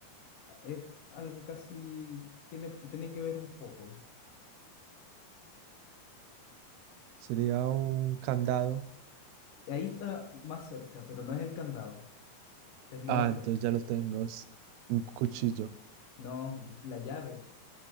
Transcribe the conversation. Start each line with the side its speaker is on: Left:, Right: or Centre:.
Left: ah, es algo casi, tiene, tiene que ver un poco.
Right: Sería un candado.
Left: Ahí está más cerca, pero no es el candado, es lo
Right: Ah,
Left: otro.
Right: entonces ya lo tengo. Es un cuchillo.
Left: No, pues, la llave,